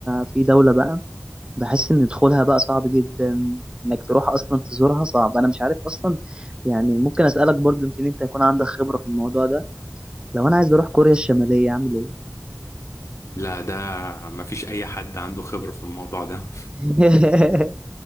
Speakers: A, on the right; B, on the left.
A: في دولة بقى بحس ان دخولها بقى صعب جدا انك تروح اصلا تزورها صعب انا مش عارف اصلا يعني ممكن اسالك برضو يمكن انت يكون عندك خبرة في الموضوع ده لو انا عايز اروح كوريا الشمالية اعمل ايه
B: لا ده مفيش اي حد عنده خبرة في الموضوع ده
A: <laughs>